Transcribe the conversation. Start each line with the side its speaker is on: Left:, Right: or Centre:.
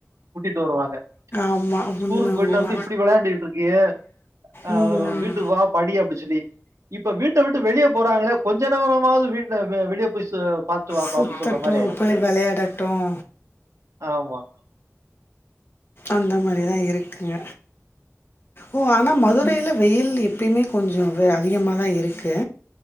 Right: கூட்டிட்டு வருவாங்க
Left: ஆமா
Right: ஸ்கூலுக்கு
Left: உண்ம
Right: போயிட்டு
Left: உண்ம
Right: வந்து இப்டி விளையாண்டுட்டு இருக்கியே அ
Left: ம்.
Right: வீட்டுக்கு வா படி அப்டி சொல்லி இப்ப வீட்ட விட்டு வெளியே போறாங்களே கொஞ்ச நேரமாவது வீட்ட வெளியே போய் சு பாத் துவாப்பா
Left: சுத்தட்டும்,
Right: அப்டி சொல்ற மாரி ஆயிருச்
Left: போய் விளையாடட்டும்.
Right: ஆமா
Left: அந்த மாரி தா இருக்குங்க ஓ ஆனா மதுரைல வெயில் எப்பயுமே கொஞ்சோ வெ அதிகமா தா இருக்கு